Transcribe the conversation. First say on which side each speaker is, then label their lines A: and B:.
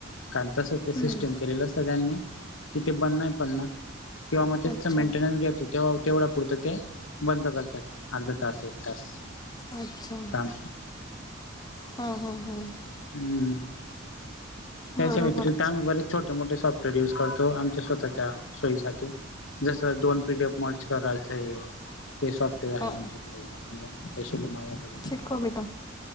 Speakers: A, on the left; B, on the left.
A: कारण तसं ते सिस्टीम
B: हं.
A: केलेलं सगळ्यांनी, कि ते बंद नाही पडणार किंवा म
B: अच्छा.
A: मेंटेनन्स घेत होते तेव्हा तेवढ्या पुरत ते बंद करतात अर्धातास एक तास.
B: अच्छा.
A: काम
B: हा हा हां.
A: हम्म.
B: बरोबर.
A: त्याच्या व्यतिरिक्त आम्ही बरेच छोटे मोठे सॉफ्टवेअर युज करतो आमच्या स्वतःच्या सोयीसाठी. जस दोन पी डी एफ मर्ज करायचंय ते सॉफ्टवेअर
B: हां.
A: आहे आमच्याकडे. म्हणजे स्पेशली माझ्याकडे.
B: चिटकवबेटा,